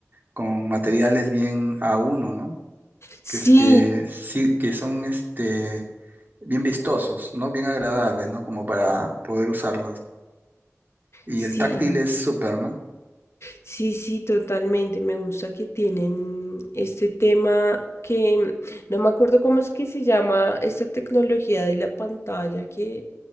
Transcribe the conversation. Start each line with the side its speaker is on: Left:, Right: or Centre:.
Right: con materiales bien a uno, ¿no?
Left: Sí,
Right: Que es que sí, que son este bien vistosos, ¿no? Bien agradables, ¿no? Como para poder usarlos. Y
Left: sí,
Right: el táctil es súper, ¿no?
Left: sí, sí, totalmente. Me gusta que tienen este tema que no me acuerdo cómo es que se llama esta tecnología de la pantalla que